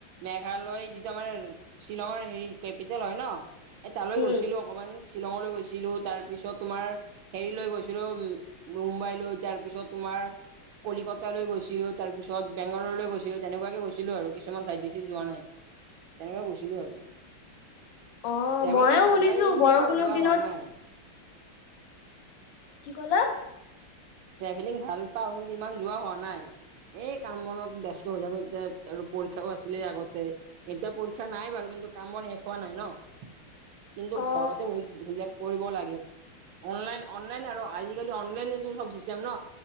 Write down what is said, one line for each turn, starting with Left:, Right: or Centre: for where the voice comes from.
Right: মেঘালয় যিটো আমাৰ শ্বিলঙৰ হেৰি কেপিটেল হয় ন এ তালৈ
Left: উম
Right: গৈছিলো অকমান শ্বিলঙলৈ গৈছিলোঁ। তাৰ পিছত তোমাৰ হেৰিলৈ গৈছিলো মুম্বাই লৈ তাৰ পিছত তোমাৰ কলকতালৈ গৈছিলো তাৰপিছত বেংগালোৰলৈ গৈছিলো তেনেকুৱাকে গৈছিলো আৰু কিছুমান ঠাইত বেছি যোৱা নাই। তেনেকোৱাই গৈছিলো আৰু
Left: অ
Right: ট্ৰেভেলিং
Left: মইও
Right: ভাল
Left: শুনিছো
Right: লাগে কিন্তু
Left: বৰষুণৰ
Right: ইমান যোৱা
Left: দিনত
Right: হোৱা নাই
Left: কি ক'লা?
Right: ট্ৰেভেলিং ভাল পাও কিন্তু ইমান যোৱা হোৱা নাই। এই কাম বনত ব্যস্ত হৈ থাকো এতিয়া আৰু পৰীক্ষাও আছিলে আগতে এতিয়া পৰীক্ষা নাই বাৰু কিন্তু কিন্তু কাম বোৰ শেষ হোৱা নাই ন কিন্তু
Left: অ
Right: ঘৰতে বহি সেইবিলাক কৰিব লাগে। অনলাইন অনলাইন আৰু আজিকালি অনলাইনতো চ চিচতেম ন